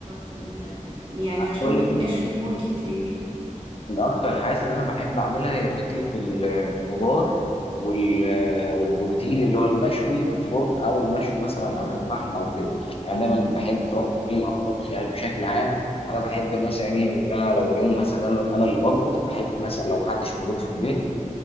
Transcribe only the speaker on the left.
بقول
لك
من أكتر الحاجات اللي أنا بحب أعملها هي فكرة ال- الخضار وال- والبروتين اللي هو المشوي في الفرن أو المشوي مثلا على الفحم أو كده يعني دايما بحب طبخ الكريم أو الطبخ يعني بشكل عام أنا بحب مثلا إيه إن أنا لو يوم مثلا أنا أنا اللي بطبخ بحب مثلا لو محدش موجود في البيت